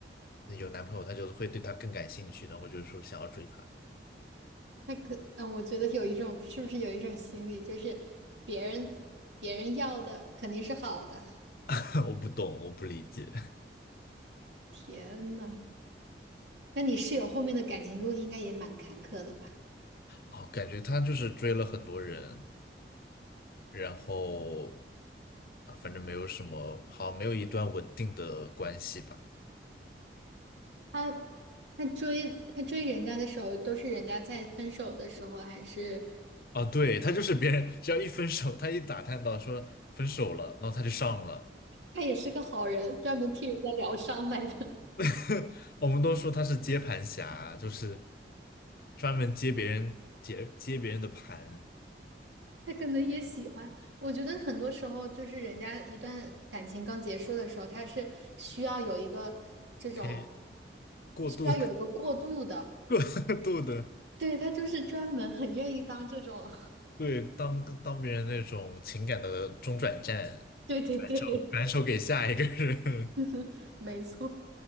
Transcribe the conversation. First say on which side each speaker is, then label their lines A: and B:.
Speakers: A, on the left; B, on the right.
A: 有男朋友，他就会对他更感兴趣，然后就是说想要追他。
B: 他 <laughs> 可，嗯，我觉得有一种，是不是有一种心理，就是别人别人要的肯定是好的。
A: <laughs> 我不懂，我不理解。
B: 天呐，那你室友后面的感情路应该也蛮坎坷的吧？
A: 哦，感觉他就是追了很多人，然后啊，反正没有什么好，没有一段稳定的关系吧。
B: 他他追他追人家的时候，都是人家在分手的时候，还是
A: 啊，对，他就是别人，只要一分手，他一打探到说分手了，然后他就上了。
B: 他也是个好人，专门替人家疗伤来的？
A: <laughs> 我们都说他是接盘侠，就是专门接别人接接别人的盘，
B: 他可能也喜欢。我觉得很多时候，就是人家一段感情刚结束的时候，他是需要有一个这种，
A: 可以过度
B: 需要有一个过渡的。
A: <laughs> 度的，
B: 对，他就是专门很愿意当这种，
A: 对，当当别人那种情感的中转站，
B: <laughs> 对对对，
A: 转手转手给下一个人，
B: <laughs> 没错，